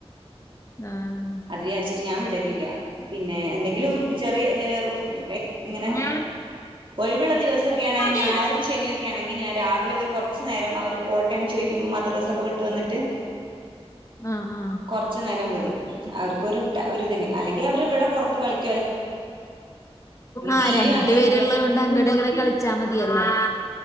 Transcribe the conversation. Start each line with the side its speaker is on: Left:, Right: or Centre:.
Left: ആ
Right: അത് വിചാരിച്ചിട്ട് ഞാൻ വിടലില്ല പിന്നെ എന്തെങ്കിലും ചെറിയ ഏ വെ ഇങ്ങനെ
Left: ആഹ്
Right: ഒയ് വ്ള്ള ദിവസമൊക്കെണെ ഞായറും
Left: ആഹ്
Right: ശനിയൊക്കാണെങ്കി ഞാൻ രാവിലെ ഒരു കൊർ ച്ച് നേരം അവര് പോട്ടേന്ന് ചോയ്ക്കുമ്പോ മദ്രസൊക്കെവിട്ട് വന്ന്ട്ട്
Left: ആ ആ
Right: കൊർച്ച് നേരം വിടും അവർക്കൊരു ടാ ഒരിതിന് അല്ലെങ്കി അവര് ഇവിടെ പൊർത്ത് കളിക്ക
Left: ആ
Right: ടി
Left: രണ്ട്
Right: വി കണ്ടിരിക്കും
Left: പേരുള്ളതോണ്ട് അങ്ട്ട്ങ്ങട്ട് കളിച്ചാമതിയല്ലോ ആ